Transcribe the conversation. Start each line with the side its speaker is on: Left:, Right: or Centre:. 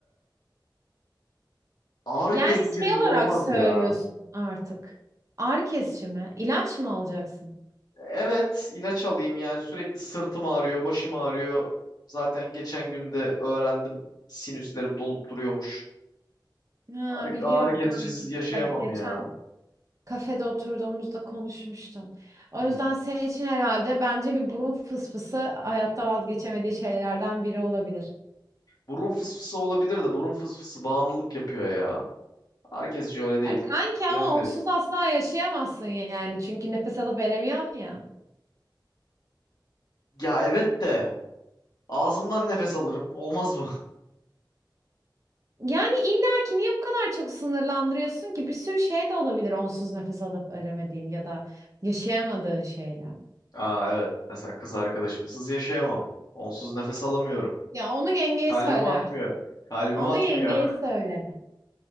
Left: ağrı
Right: Yani
Left: kesicisiz
Right: şey olarak
Left: olmaz
Right: söylüyorsun
Left: ya.
Right: artık. Ağrı kesici mi? İlaç mı alacaksın?
Left: Evet ilaç alayım yani sürekli sırtım ağrıyor, başım ağrıyor. Zaten geçen gün de öğrendim sinüslerim dolup duruyormuş.
Right: Ha,
Left: Ağrı,
Right: biliyorum
Left: ağrı kesicisiz
Right: kanki.
Left: yaşayamam
Right: Hele geçen
Left: ya.
Right: kafede oturduğumuzda konuşmuştun. O
Left: Hmm.
Right: yüzden senin için herhalde bence bir burun fısfısı hayatta vazgeçemediği şeylerden biri olabilir.
Left: Burun fısfısı olabilir de burun fısfısı bağımlılık yapıyor ya. Herkesci öyle değil.
Right: Ya kanki ama
Left: Canım
Right: onsuz
Left: benim.
Right: asla yaşayamazsın yani. Çünkü nefes alıp veremiyorsun ya.
Left: Ya evet de ağzımdan nefes alırım. Olmaz mı?
Right: Yani illa ki niye bu kadar çok sınırlandırıyorsun ki? Bir sürü şey de olabilir onsuz nefes alıp veremediğin ya da yaşayamadığın şeyler.
Left: <laughs> Aa evet. Mesela kız arkadaşımsız yaşayamam. Onsuz nefes alamıyorum.
Right: Ya onu yengeye
Left: Kalbim
Right: söylersin.
Left: atmıyor. Kalbim
Right: Onu
Left: atmıyor.
Right: yengeye söyle.